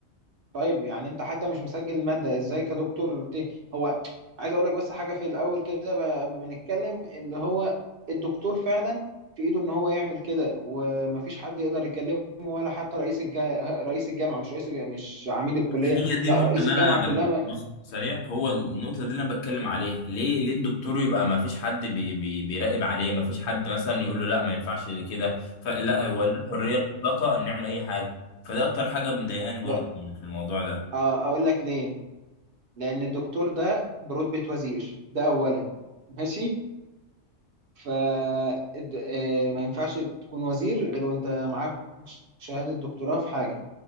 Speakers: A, on the right (about 55°); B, on the left (about 50°).
A: طيب يعني انت حتى مش مسجل المادة ازاي كدكتور ت... هو عايز اقول لك بس حاجة في الاول كده بقى قبل ما نتكلم اللي هو الدكتور فعلا في ايده ان هو يعمل كده ومفيش حد يقدر يكلمه ولا حتى رئيس الجا... رئيس الجامعة مش رئيس الجامعة مش عميد الكلية
B: هي دي
A: لا
B: النقطة
A: رئيس
B: اللي
A: الجامعة
B: أنا
A: كلها
B: بك...
A: ما...
B: بص سريع هو النقطة دي اللي أنا بتكلم عليها ليه ليه الدكتور يبقى ما فيش حد بي... بي... بيراقب عليه ما فيش حد مثلا يقول له لا ما ينفعش كده فلا هو ليه الحرية المطلقة إن نعمل أي حاجة فده أكتر حاجة مضايقاني برضه
A: لا
B: في الموضوع ده
A: اه، اقول لك ليه لان الدكتور ده برتبة وزير ده اولا ماشي ف الد- آه، ما ينفعش تكون وزير غير وانت معاك شهادة دكتوراه في حاجة